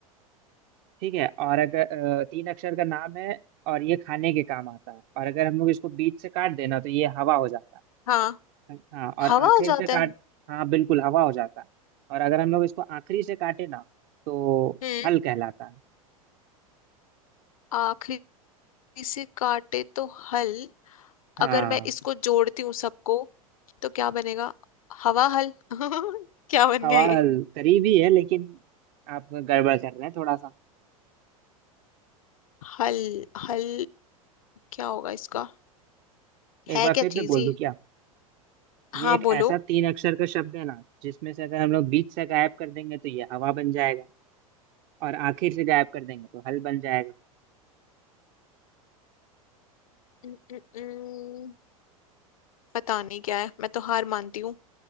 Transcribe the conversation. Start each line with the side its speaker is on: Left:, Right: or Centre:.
Right: ठीक है और अगर अ, तीन अक्षर का नाम है और ये खाने के काम आता है और अगर हम लोग इसको बीच से काट देना तो ये हवा हो जाता
Left: हाँ
Right: है हाँ और
Left: हवा
Right: आखिर
Left: हो जाता
Right: से काट
Left: है
Right: हाँ बिल्कुल हवा हो जाता है और अगर हम लोग इसको आखिरी से काटे ना तो
Left: हम्म
Right: हल कहलाता है
Left: आखिरी से काटे तो हल
Right: हाँ
Left: अगर मैं इसको जोड़ती हूँ सबको तो क्या बनेगा हवा हल <laughs> क्या बन
Right: हवा
Left: गया ये
Right: हल करीब ही है लेकिन आप गड़बड़ कर रहे हैं थोड़ा सा
Left: हल हल क्या होगा इसका
Right: एक
Left: है
Right: बार फिर
Left: क्या
Right: से
Left: चीज
Right: बोल
Left: ये
Right: दूं क्या
Left: हाँ
Right: ये एक
Left: बोलो
Right: ऐसा तीन अक्षर का शब्द है ना जिसमें से अगर हम लोग बीच से गायब कर देंगे तो ये हवा बन जाएगा और आखिर से गायब कर देंगे तो हल बन जाएगा
Left: न- न- न- पता नहीं क्या है मैं तो हार मानती हूँ